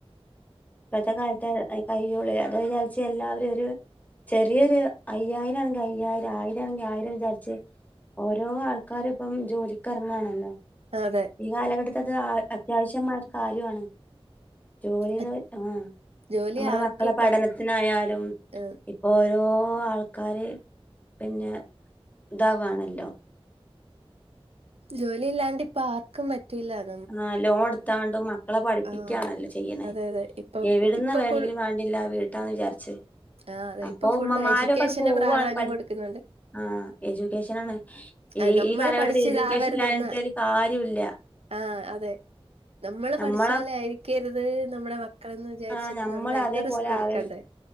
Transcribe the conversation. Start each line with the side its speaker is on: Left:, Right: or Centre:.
Left: ഇപ്പഴ്ത്തെ കാലത്തെ അ കയ്യോളെ അത് വിചാരിച്ച് എല്ലാവരും ഒര് ചെറിയൊരു അയ്യായിരാണെങ്കി അയ്യായിരം ആയിരം ആണെങ്കി ആയിരം വിചാരിച്ച് ഓരോ ആൾക്കാരു ഇപ്പം ജോലിക്കെറങ്ങാണല്ലോ
Right: ആഹ് അതെ
Left: ഈ കാലഘട്ടത്ത് അത് അ അത്യാവശ്യമായൊരു കാര്യോ ആണ് ജോലീന്ന്
Right: അ-
Left: പറ ആഹ്
Right: ജോലി
Left: നമ്മള
Right: ആർക്കും
Left: മക്കളെ
Right: ഇപ്പം
Left: പഠനത്തിനായാലും
Right: ഏഹ്
Left: ഇപ്പൊ ഓരോ ആൾക്കാര് പിന്നെ ഇതാവാണല്ലോ
Right: ജോലി ഇല്ലാണ്ട് ഇപ്പ ആർക്കും പറ്റില്ലാത്
Left: ആഹ് ലോൺ എടുത്താണ്ടും മക്കളെ പഠിപ്പിക്കാണല്ലോ
Right: ആഹ്
Left: ചെയ്യണെ
Right: അതെ അതെ ഇപ്പൊ
Left: എവിടുന്ന്
Right: ഇപ്പൊ
Left: വേണെങ്കിലും
Right: കുൾ
Left: വേണ്ടില്ലാ വീട് ട്ടാന്ന് വിചാരിച്ച്
Right: ആഹ് അതെ
Left: അപ്പൊ
Right: ഇപ്പൊ ഫുള്ള്
Left: ഉമ്മമാരൊക്കെട്
Right: എഡ്യൂക്കേഷന്
Left: പോവാണ്
Right: പ്രാധാന്യം
Left: പടി
Right: കൊടുക്കുന്നുണ്ട്.
Left: ആഹ് എജ്യൂക്കേഷനാണ്
Right: ആ,
Left: ഈ
Right: നമ്മള്
Left: ഈ കാലഘട്ടത്തി
Right: പഠിച്ചിതാവരുതെന്ന്
Left: എജ്യൂക്കേഷൻ ഇല്ലാഞ്ഞിട്ട് ഒരു കാര്യോല്ലാ
Right: ആഹ് അതെ നമ്മള്
Left: നമ്മളെ
Right: പഠിച്ച പോലെ ആയിരിക്കരുത് നമ്മടെ മക് മക്കളെന്ന് വിചാരിച്ചിട്ട്
Left: ആഹ് നമ്മളതേപോലെ
Right: നമ്മള് എന്ത് റിസ്കും എടുക്കാൻ
Left: ആവരുത്
Right: തയാ